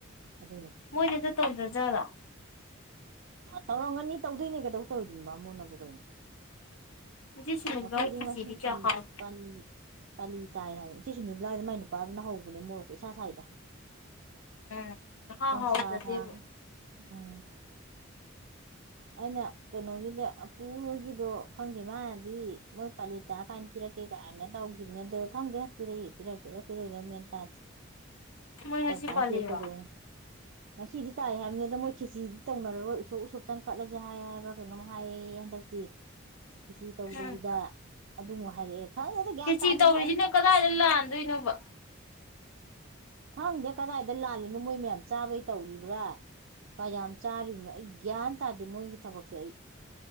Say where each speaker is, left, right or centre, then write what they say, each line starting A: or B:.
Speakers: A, on the right (about 65°); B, on the left (about 85°).
A: ꯑꯗꯨꯅꯦ
B: ꯃꯣꯏꯗꯤ ꯑꯗꯨ ꯇꯧꯗ꯭ꯔꯖꯥꯠꯂꯣ
A: ꯇꯧꯔꯝꯒꯅꯤ ꯇꯧꯗꯣꯏꯅꯦ ꯀꯩꯗꯧ ꯇꯧꯔꯣꯏꯗꯣꯏꯅꯦꯕ ꯕꯃꯣꯟꯅꯕꯨ ꯀꯩꯅꯣ
B: ꯉꯁꯤ ꯁꯤꯡꯖꯨꯒ
A: ꯅꯈꯣꯏꯗꯤ
B: ꯈꯦꯆꯤꯗꯤ
A: ꯉꯁꯤ
B: ꯀꯌꯥ
A: ꯄꯥꯅꯤ
B: ꯍꯥꯎ
A: ꯄꯥꯅꯤꯅꯤ ꯄꯥꯂꯤ ꯇꯥꯏ ꯍꯥꯏꯕꯅꯦ ꯁꯤꯁꯨ ꯅꯤꯝ ꯂꯥꯏꯏꯗ ꯃꯥꯏ ꯅꯨꯄꯥꯗꯨꯅ ꯍꯧꯕꯅꯦ ꯃꯣꯔꯣꯛꯀ ꯏꯁꯥ ꯁ꯭ꯥꯏꯗ
B: ꯎꯝ ꯏꯍꯥꯎ
A: ꯀꯪꯁꯥ
B: ꯍꯥꯎꯖꯗꯦꯕ
A: ꯁꯥꯕꯅꯦ ꯎꯝ ꯑꯩꯅ ꯀꯩꯅꯣꯒꯤꯗꯤ ꯑꯄꯨ ꯍꯣꯏꯒꯤꯗꯣ ꯈꯪꯗꯦ ꯃꯥꯅꯗꯤ ꯃꯣꯏ ꯄꯥꯂꯤ ꯀꯥꯏꯅ ꯄꯤꯔꯛꯀꯦ ꯀꯥꯏꯅ ꯇꯧꯈꯤꯕꯅꯦ ꯑꯣ ꯈꯪꯗꯦ ꯄꯤꯔꯛꯏꯦ ꯄꯤꯔꯛꯇꯣꯏꯔꯥ ꯄꯤꯔꯣꯏꯗꯣꯏ ꯃꯦꯟ ꯇꯥꯁꯦ
B: ꯃꯣꯏ ꯉꯁꯤ
A: ꯀꯝ ꯀꯥꯟ
B: ꯄꯥꯜꯂꯤꯔꯣ
A: ꯄꯤꯔꯛꯀꯗꯣꯏꯅꯣ ꯉꯁꯤꯗꯤ ꯇꯥꯏ ꯍꯥꯏꯕꯅꯤ ꯑꯗ ꯃꯣꯏ ꯈꯦꯆꯤꯗꯤ ꯇꯧꯅꯔꯣꯏ ꯎꯁꯣꯛ ꯎꯁꯣꯛ ꯈꯤꯇꯪ ꯀꯠꯂꯁꯦ ꯍꯥꯏ ꯍꯥꯏꯕ꯭ꯔꯥ ꯀꯩꯅꯣꯝ ꯍꯥꯏꯌꯦꯌꯦ ꯍꯟꯗꯛꯇꯤ ꯈꯦꯆ꯭ꯔꯤ ꯇꯧꯗꯕꯤꯗ
B: ꯎꯝ
A: ꯑꯗꯨꯃꯨꯛ ꯍꯥꯏꯔꯛꯑꯦ ꯈꯪꯗꯦꯗ ꯒ꯭ꯌꯥꯟ
B: ꯈꯦꯆꯤ
A: ꯇꯥꯗꯦꯗ
B: ꯇꯧꯔꯤꯖꯤꯅ
A: ꯑꯩ
B: ꯀꯗꯥꯏꯗ ꯂꯥꯟꯗꯣꯏꯅꯣꯕ
A: ꯈꯪꯗꯦ ꯀꯗꯥꯏꯗ ꯂꯥꯜꯂꯤꯅꯣ ꯃꯣꯏ ꯃꯌꯥꯝ ꯆꯥꯕꯩ ꯇꯧꯔꯤꯕ꯭ꯔꯥ ꯀꯌꯥꯝ ꯆꯥꯔꯤꯕꯅꯣ ꯑꯩ ꯒ꯭ꯌꯥꯟ ꯇꯥꯗꯦ ꯃꯣꯏꯒꯤ ꯊꯕꯛꯁꯦ ꯑꯩ